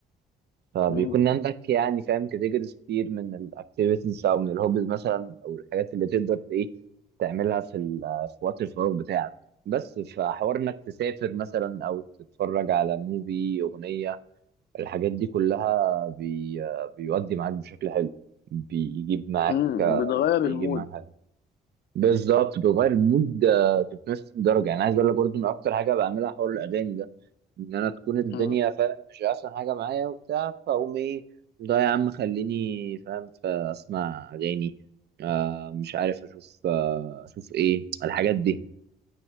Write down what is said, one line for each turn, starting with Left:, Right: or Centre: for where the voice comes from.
Right: فبيكون
Left: مم.
Right: عندك يعني فاهم كاتيجوريز كتير من الاكتيفيتيز او من الهوبز مثلا او الحاجات اللي تقدر ت- ايه تعملها في ال- في وقت الفراغ بتاعك بس فحوار انك تسافر مثلا او تتفرج على موفي اغنيه الحاجات دي كلها بي بيودي معاك بشكل حلو بيجيب معاك
Left: مم. وبتغير
Right: بيجيب
Left: المود
Right: معاك بالظبط بتغير المود آه، 360 درجه يعني عايز اقول لك برضو ان اكتر حاجه بعملها حوار الاغاني ده ان انا تكون الدنيا
Left: مم.
Right: فاهم مش احسن حاجه معايا وبتاع فاقوم ايه ده يا عم خليني فاهم فاسمع اغاني آه مش عارف اشوف آه اشوف ايه الحاجات دي